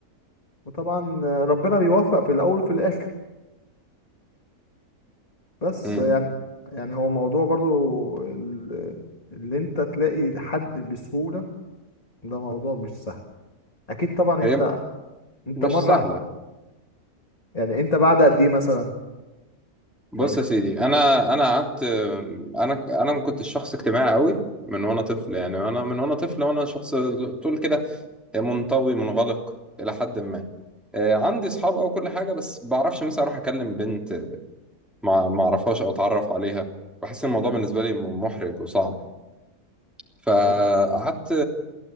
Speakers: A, on the left; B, in the centre.
A: وطبعا ربنا بيوفق في الاول وفي الاخر بس
B: امم
A: يعني يعني هو موضوع برضو ال- اللي انت تلاقي حد بسهولة ده موضوع مش سهل اكيد طبعا
B: هي
A: انت انت
B: مش
A: مرة
B: سهله
A: يعني انت بعد قد ايه مثلا
B: بص
A: يعني خ-
B: يا سيدي انا انا قعدت انا انا كنت شخص اجتماعي قوي من وانا طفل يعني انا من وانا طفل وانا شخص تقول كده منطوي منغلق الى حد ما آه، عندي اصحاب او كل حاجه بس بعرفش مثلا اروح اكلم بنت ما ما اعرفهاش او اتعرف عليها بحس إن الموضوع بالنسبه لي م- محرج وصعب فقعدت
A: هو-